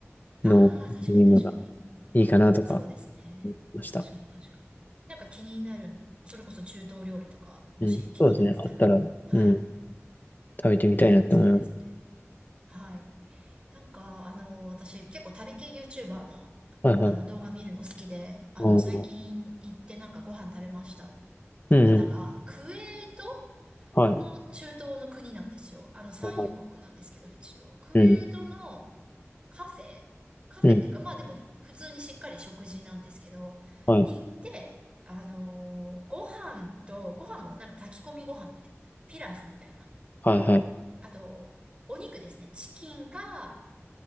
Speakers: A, on the left; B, on the right.
A: の見るのが
B: ああ、確かに確かに。
A: いいかなとか
B: そうですね。
A: 思いました。
B: 確かに確かに。なんか気になるの。それこそ中東料理とか、もし気になってたら。
A: うん。そうですね。あったら、
B: はい。
A: うん。食べてみたいなって思います。
B: そうですね。はい。なんか、あの、私結構旅系 YouTuber の、
A: はいはい。
B: あの動画見るの好きで、あの、
A: あー
B: 最近行ってなんかご飯食べましたっていう方が、
A: うんうん。
B: クウェート
A: はい。
B: の中東の国なんですよ。あの産油国なんですけど、
A: はいはい
B: 一応。クウェートのカフェカフェっていうか、
A: うん。うん。
B: まあでも普通にしっかり食事なんですけど、
A: はい。
B: に行って、あの、ご飯と、ご飯もなんか炊き込みご飯みたいな、ピラフみたいな、
A: はいはい。
B: と、あと、お肉ですね。チキンか、